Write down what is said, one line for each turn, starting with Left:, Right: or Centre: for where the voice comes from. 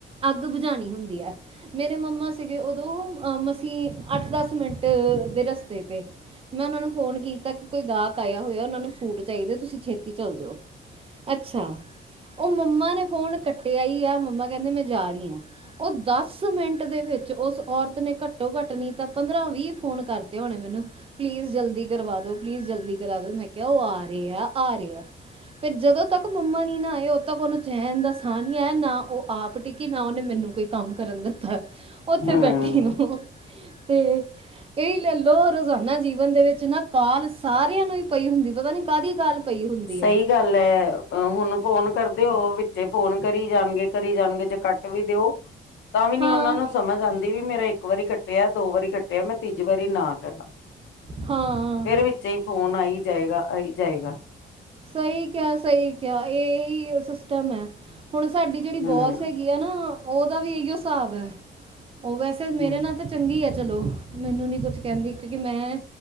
Right: ਅੱਗ ਬੁਝਾਣੀ ਹੁੰਦੀ ਐ, ਮੇਰੇ ਮੰਮਾ ਸੀਗੇ ਉਦੋਂ ਅ ਮਸੀ ਅੱਠ ਦਸ ਮਿੰਟ ਦੇ ਰਸਤੇ ਤੇ। ਮੈਂ ਔਨਾ ਨੂੰ ਫੋਨ ਕੀਤਾ, ਕਿ ਕੋਈ ਗਾਕ ਆਯਾ ਹੋਯਾ ਉਹਨਾਂ ਨੂੰ ਸੂਟ ਚਾਹੀਦਾ, ਤੁਸੀਂ ਛੇਤੀ ਚੱਲ ਜੋ। ਅੱਛਾ। ਔ ਮੰਮਾ ਨੇ ਫੋਨ ਕੱਟਿਆ ਈ ਆ, ਮੰਮਾ ਕੈੰਦੇਂ ਮੈਂ ਜਾਰੀ ਆਂ, ਓਹ ਦਸ ਮਿੰਟ ਦੇ ਵ ਵਿੱਚ ਉਸ ਔਰਤ ਨੇ ਘੱਟੋ-ਘੱਟ ਪਰਨੀਤ ਦਾ ਪੰਦਰਾਂ ਵੀਹ ਫੋਨ ਕਰਤੇ ਹੋਣੇ ਮੈਨੂੰ, ਪਲੀਜ਼ ਜਲਦੀ ਕਰਵਾ ਦੋ, ਪਲੀਜ਼ ਜਲਦੀ ਕਰਾ ਦੋ। ਮੈਂ ਕਿਆ ਓਹ ਆ ਰੇਆ, ਆ ਰੇਆ। ਫਿਰ ਜਦੋਂ ਤੱਕ ਮੰਮਾ ਨੀ ਨਾ ਆਏ, ਓਦੋਂ ਤੱਕ ਔਨੂੰ ਚੈਣ ਦਾ ਸਾਹ ਨੀ ਆਇਆ, ਨਾ ਓਹ ਆਪ ਟਿੱਕੀ, ਨਾ ਉਹਨੇ ਮੈਨ ਨੂੰ ਕੋਈ ਕੰਮ ਕਰਨ ਦਿੱਤਾ ਏ, ਔਥੇ
Left: ਹੂੰ
Right: ਬੈਠੀ ਨੂੰ, ਤੇ ਏਹੀ ਲੈ ਲੋ, ਰੋਜ਼ਾਨਾ ਜੀਵਨ ਦੇ ਵਿੱਚ ਨਾ, ਕਾਲ ਸਾਰਿਆਂ ਨੂੰ ਹੀ ਪਈ ਹੁੰਦੀ, ਪਤਾ ਨੀ ਕਾਹਦੀ ਕਾਲ ਪਈ ਹੁੰਦੀ
Left: ਸਈ
Right: ਹੈ।
Left: ਗੱਲ ਏ, ਅਹ ਹੁਣ ਫੋਨ ਕਰ ਦੇ ਉਹ ਵਿੱਚੇ ਫੋਨ ਕਰੀ ਜਾਣਗੇ, ਕਰੀ ਜਾਣਗੇ ਜ ਕੱਟ ਵੀ ਦਿਓ ਤਾਂ ਵੀ ਨੀ
Right: ਹਾਂ
Left: ਔਨਾਂ ਨੂੰ ਸਮਝ ਆੰਦੀ, ਵੀ ਮੇਰਾ ਇੱਕ ਵਾਰੀ ਘੱਟਿਐ, ਦੋ ਵਾਰੀ ਘੱਟਿਐ, ਮੈਂ ਤੀਜੀ ਵਾਰੀ ਨਾ ਕਰਨਾ,
Right: ਹਾਂ
Left: ਫਿਰ ਵਿੱਚੇ ਈ ਫੋਨ ਆਈ ਜਾਏਗਾ, ਆਈ ਜਾਏਗਾ।
Right: ਸਈ ਕਯਾ ਸਈ ਕਯਾ, ਏਹ ਏਹੀ ਸਿਸਟਮ ਐ। ਹੁਣ ਸਾਡੀ ਜੇੜੀ
Left: ਹੂੰ
Right: ਬੋਸ ਹੈਗੀ ਆ ਨਾ, ਓਹਦਾ ਵੀ ਅਹੀਓ ਸਾਬ ਐ। ਓਹ ਵੈਸੇ ਮੇਰੇ
Left: ਹੂੰ
Right: ਨਾਲ ਤੇ ਚੰਗੀ ਐ। ਚਲੋ ਮੈਨੂੰ ਨੀ ਕੁਛ ਕੈੰਦੀ, ਕਿਉਂਕਿ ਮੈਂ